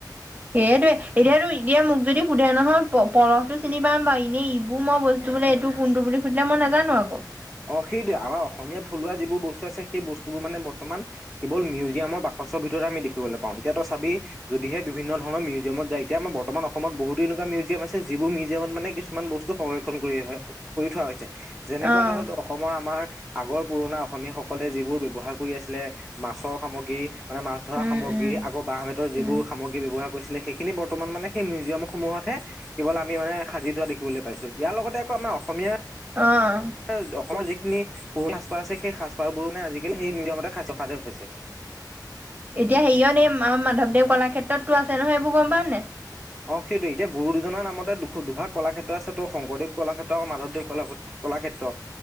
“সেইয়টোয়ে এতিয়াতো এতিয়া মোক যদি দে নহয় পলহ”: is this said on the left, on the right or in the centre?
Right